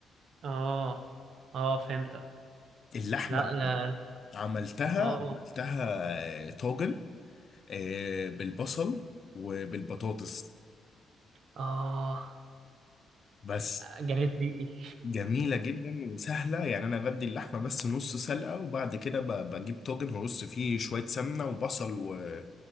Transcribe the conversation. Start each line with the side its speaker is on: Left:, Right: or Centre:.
Right: اه اه فهمتك
Left: اللحمه
Right: لا لا
Left: عملتها
Right: اه
Left: عملتها آه، طاجن آه، بالبصل وبالبطاطس
Right: اه
Left: بس
Right: جريت ريقي
Left: جميله جدا وسهله يعني انا بدي اللحمه بس نص سلقه وبعد كده ب- بجيب طاجن هرص فيه شويه سمنه وبصل و-